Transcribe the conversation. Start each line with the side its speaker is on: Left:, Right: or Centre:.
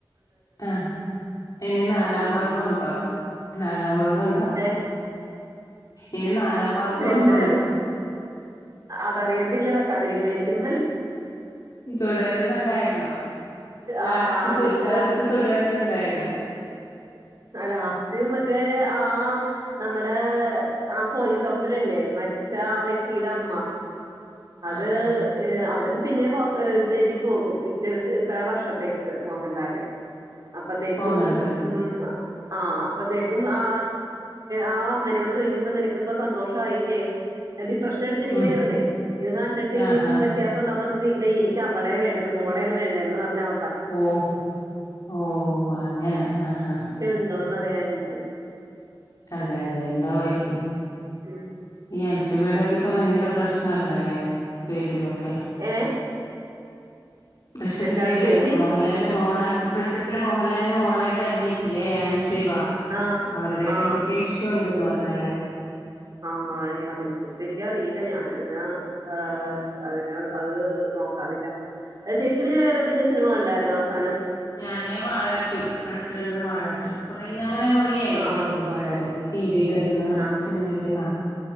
Left: ആഹ് ഇനി നാലാം
Right: ഉം
Left: ഭാഗമുണ്ടോ നാലാം ഭാഗം ഉണ്ട
Right: ഏഹ്
Left: ഇനി നാലാം ഭാഗം
Right: എന്താ
Left: ഉണ്ടോന്ന്
Right: അതറിയത്തില്ല വെക്കാതിരിക്കണയിരിക്കും
Left: തുടരുന്നുണ്ടായിരുന്നോ ലാസ്റ്റ്
Right: ആ ആദ്യത്തെ
Left: തു ലാസ്റ്റ് തുടരുന്നുണ്ടായിരുന്നോ.
Right: ആ ലാസ്റ്റ് മറ്റേ ആ ആ നമ്മുടെ ആ പോലീസ് ഓഫീസർ ഇല്ലേ മ ച്ച ആ വ്യക്തിയുടെ അമ്മ അത്
Left: ആ ആ
Right: അവൻ പിന്നെ ഹോ ജയിലിൽ പോകും ഇ ഇത്ര വർഷത്തേക്ക് മോഹൻലാൽ അപ്പത്തേക്കും
Left: പോന്നുണ്ട്
Right: മ്മ് ആ അ അപ്പത്തേക്കും. ആ ആ അമ്മേനോട് ചോദിക്കുമ്പോ നിനക്കിപ്പോ സന്തോഷായില്ലേ ഡിപ്രഷൻ അടിച്ചിരിക്കണയായിരുന്നേ
Left: ഉം
Right: ഇത് കണ്ടിട്ട് ഇനിയും
Left: ആ ആ
Right: വ്യത്യാസണ്ടോ തില്ല <unintelligible> എനിക്ക് അവളെ വേണ്ടത് മോളെയാണ് വേണ്ടത് എന്ന് പറഞ്ഞ് അ
Left: ഓഹോ ഓ അങ്ങനെ ആ ആ
Right: ഇണ്ടോന്ന് അറിയാഞ്ഞിട്ട്
Left: അതെ അതെ എന്താവുമായിരിക്കും
Right: ഉം
Left: ഈ
Right: ഉം
Left: അൻസിബയുടെയൊക്കെ ഇപ്പൊ ഭയങ്കര പ്രശ്നല്ലല്ലേ ഫീൽഡ്‌ലൊക്കെ
Right: ഏഹ്
Left: ദൃശ്യത്തില്
Right: എന്താണ് ചേച്ചി
Left: മോഹൻലാലിന്റെ മോള ദൃശ്യ മോഹൻലാലിന്റെ മോളായിട്ട് അഭിനയിച്ചില്ലേ അൻ സിബ
Right: ആഹ്
Left: അവരുടെ
Right: ആഹ്
Left: എന്തൊക്കെയോ ഇഷ്യൂ ഉണ്ട് <unintelligible>
Right: ആ അതിനെ കുറിച്ച് എനിക്കറിയില്ല ഞാനങ്ങനെ അ അതിന് അത് നോക്കാറില്ല ചേച്ചി പിന്നെ വേറെ എന്തെങ്കിലും സിനിമ കണ്ടായിരുന്നോ? <unintelligible>
Left: ഞാന് വാഴ ടു അടുതെ കണ്ടത് വാഴ ടു കൊറ അങ്ങനെ കൊറെയായിട്ടോ
Right: ആഹ്
Left: സിനിമയ്ക്ക്
Right: വാഴ
Left: പോകാത്തെപിന്നെ ടി വി യിൽ വരുന്ന
Right: ആഹ്
Left: സിനിമയൊക്കെ കാണും